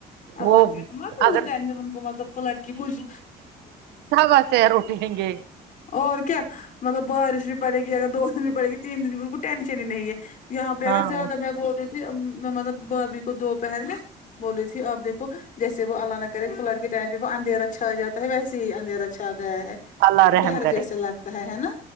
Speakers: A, on the left; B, on the right.
A: اللہ
B: وہ
A: کے م پ ادھر
B: اگر
A: ٹنشن کو مطلب تو لڑکی کچھ
B: سب وسے روٹی ہیں گ
A: اور کیا مطلب بارش بھی پڑے گی اگر دو دن بھی پڑے گی تین دن میں ان کو ٹینشن ہی نہیں ہے یہاں پہ
B: ہاں
A: اگر زیادہ
B: ہوں
A: میں بول ی تھی مطلب بھابھی کو دوپہر میں بولی تھی آپ دیکو جیسے وہ اللہ نہ کرے فلڈ کے ائم پہ وہ اندھیا چھا جاتا ہے ویسے ہی اندھیر چھا گیا ہے
B: اللہ رحم
A: ڈر
B: کرے
A: جیسا لگتا ہے ہے نا